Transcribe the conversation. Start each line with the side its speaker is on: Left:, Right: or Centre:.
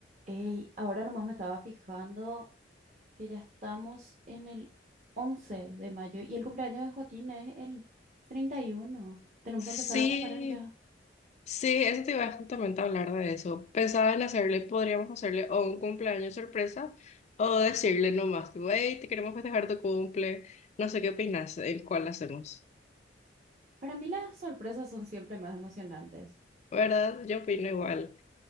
Right: Ey, ahora nomás me estaba fijando que ya estamos en el 11 de mayo y el cumpleaños de Joaquín es el 31. Tenemos
Left: Sí,
Right: que empezar a preparar ya.
Left: sí, eso te iba justamente a hablar de eso. Pensaba en hacerle, podríamos hacerle o un cumpleaños sorpresa o decirle nomás, tipo, hey, te queremos festejar tu cumple, no sé qué opinas, en cuál hacemos,
Right: Para mí las sorpresas son siempre más emocionantes.
Left: ¿verdad? Yo opino igual.